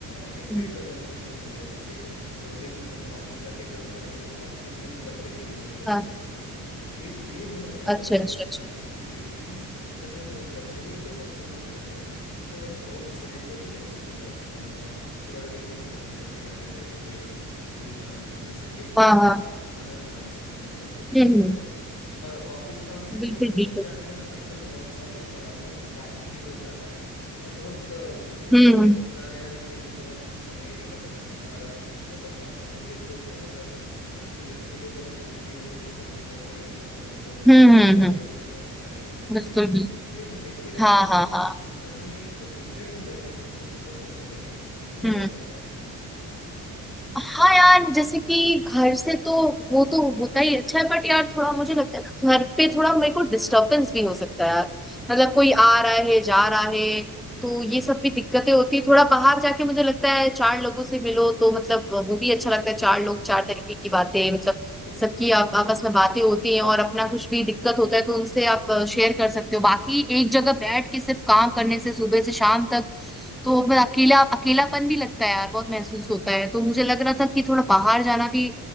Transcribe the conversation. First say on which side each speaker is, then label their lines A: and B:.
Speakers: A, on the left (about 50°); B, in the centre.
A: हाइब्रिड
B: हम्म,
A: वर्जन जो मिल जाए जैसे दो दिन हम ऑफिस जाके काम करेंगे और तीन दिन घर पे ही रिमोट वर्क
B: हाँ
A: करेंगे ये ये मिला तो एक
B: अच्छा
A: बहुत
B: अच्छा अच्छा
A: अ, अच्छी हो गई क्योंकि जब हम घर पे ही वर्क फ्रॉम होम करते हैं ना तो एक बहुत सेडेंटरी लाइफस्टाइल हो जाता है हम पूरा दिन कंप्यूटर के आगे बैठ के वही काम करने से एक
B: हाँ
A: अ,
B: हाँ
A: हमारा मानसिक संतुलन तो बिगड़
B: हम्म
A: जाता
B: हम्म
A: है और ऑफिस काम से तो
B: बिल्कुल बिल्कुल
A: क्या है ना आजकल बहुत सारी ट- बहुत ट्रैफिक भी होता है और बहुत अ, उ-
B: हम्म
A: जाने
B: हम्म
A: जाने आने में भी बहुत समय भी लगता है और जब हम बाहर होते तो बहुत अ, सेहत के लिए बहुत बुरी भी होती है जैसे हम बहुत सारे रेस्टोरेंट्स वो सब करेंगे
B: हम्म हम्म
A: पार्टी वार्टी
B: हम्म,
A: तो बहुत सारी होगी
B: बिल्कुल बिल्कुल
A: इसीलिए मुझे ये लगता
B: हाँ
A: है कि
B: हाँ हाँ
A: जब हमें एक मिश्रण मिल जाता है ना उस वो सबसे बेहतर है तुम्हें
B: हम्म।
A: क्या लगता है इस पे
B: हाँ यार जैसे कि घर से तो वो तो होता ही अच्छा है बट यार थोड़ा मुझे लगता है घर पे थोड़ा मेरे को डिस्टरबेंस भी हो सकता है यार
A: हम्म
B: मतलब
A: हम्म
B: कोई
A: हम्म
B: आ रहा है जा रहा है तो
A: हम्म
B: ये सब भी दिक्कतें होती है थोड़ा बाहर जाके मुझे लगता है चार लोगों से मिलो तो मतलब वो भी अच्छा लगता है चार लोग चार तरीके की बातें मतलब
A: हम्म, बिल्कुल
B: सबकी
A: बिल्कुल
B: आप आपस में बातें होती हैं और अपना कुछ भी दिक्कत होता है तो उनसे आप शेयर कर सकते हो बाकी एक जगह बैठ के सिर्फ काम करने से सुबह से शाम तक तो फिर अकेला अकेलापन भी लगता है यार बहुत महसूस होता है तो मुझे लग रहा था कि थोड़ा बाहर जाना भी